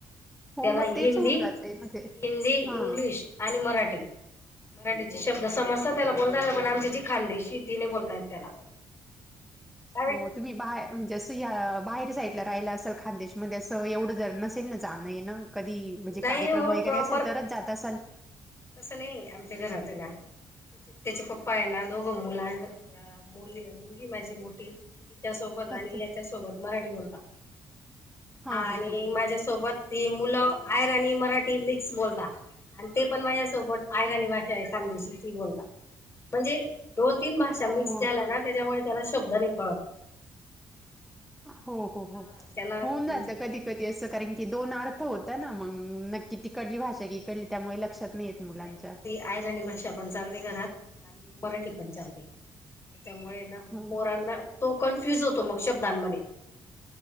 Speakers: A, in the centre; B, on the left (about 35°).
A: हो
B: त्याला
A: मग
B: हिंदी
A: तेच होऊन जातंय म्हणजे
B: हिंदी इंग्लिश
A: हां.
B: आणि मराठी मराठीचे शब्द समजतात त्याला बोलतायेत पण आमची जी खांदीशी ती नाही बोलतायेत त्याला काय
A: हो. तुम्ही बाहेर म्हणजे असं या बाहेर साईडला राहिला असेल खान्देशमध्ये असं एवढं जर नसेल ना जाणं येन कधी म्हणजे
B: नाही
A: कार्यक्रम
B: हो
A: वगैरे
B: प्रॉपर
A: असेल तर च जात असाल
B: तसं नाही आमच्या घरातुला त्याचे पप्पा आहे ना दोघं मुलांना मुलगी माझी मोठी तिच्यासोबत
A: अच्छा.
B: आणि याच्या सोबत मराठी बोलता
A: हां,
B: हा
A: हां,
B: आणि
A: हां.
B: माझ्यासोबत ती मुलं आयरानी मराठी मिक्स बोलता आणि ते पण माझ्यासोबत आयराणी भाषा आहे खांदेशी ती बोलता म्हणजे दोन तीन भाषा
A: हो,
B: मिक्स
A: हो.
B: झाल्या ना त्याच्यामुळे त्याला शब्द नाही कळत.
A: हो हो
B: हा
A: हो
B: त्याला
A: होऊन
B: म्हणजे
A: जात कधी कधी असं कारण की दोन अर्थ होत. ना मग नक्की तीकडली भाषा की इकडली त्यामुळे लक्षात नाही येत. मुलांच्या
B: नाही मग ते आयरणी भाषा पण चालते घरात, आणि मराठी पण चालते. त्याच्यामुळे ये ना
A: हं.
B: पोरांना तो कन्फ्युज होतो. मग शब्दांमध्ये